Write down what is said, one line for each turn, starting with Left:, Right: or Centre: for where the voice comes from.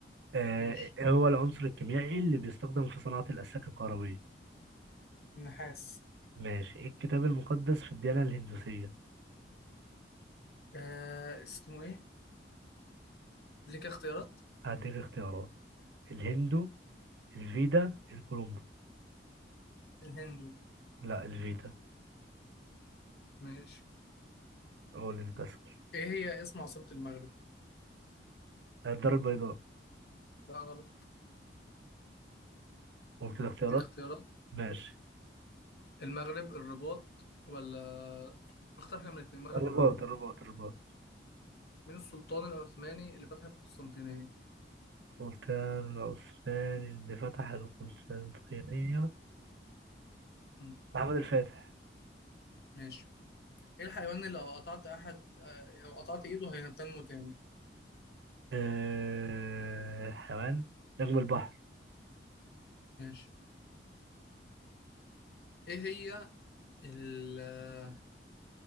Right: أه
Left: ماشي
Right: إيه هو العنصر الكيميائي اللي بيستخدم في صناعه الاسلاك الكهربائيه
Left: النحاس
Right: ماشي إيه الكتاب المقدس في الديانه الهندوسيه
Left: آه اسمه ايه؟ اديك اختيارات
Right: هديك اختيارات الهندو الفيدا الكولومبو
Left: الهندو
Right: لا الفيدا
Left: ماشي
Right: هو اللي بتسأل
Left: ايه هي اسم عاصمة المغرب؟
Right: الدار البيضاء
Left: لا غلط
Right: قلت الاختيارات
Left: دي اختيارات
Right: ماشي
Left: المغرب الرباط ولا اختار حاجة من الاتنين المغرب
Right: الرباط
Left: ولا الرباط
Right: الرباط الرباط
Left: مين السلطان العثماني اللي فتح القسطنطينية؟
Right: سلطان العثماني اللي فتح القسطنطينية
Left: مم،
Right: محمد الفاتح
Left: ماشي ايه الحيوان اللي لو قطعت احد آه، لو قطعت ايده هينتنمو تاني
Right: أه... حيوان نجم البحر
Left: ماشي ايه هي ال- آه،